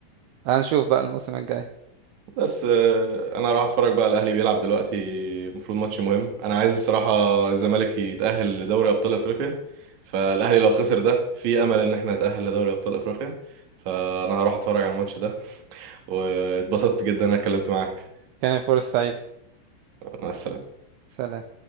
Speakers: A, on the right; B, on the right.
A: هنشوف بقى الموسم الجاي
B: بس آه، انا راح اتفرج بقى على الاهلي بيلعب دلوقتي المفروض ماتش مهم انا عايز الصراحه الزمالك يتاهل لدوري ابطال افريقيا فالاهلي لو خسر ده في امل ان احنا نتاهل لدوري ابطال افريقيا فانا هروح اتفرج على الماتش ده <laughs> واتبسطت جدا إن انا اتكلمت معاك
A: كان فرصة سعيدة
B: مع السلامه
A: سلام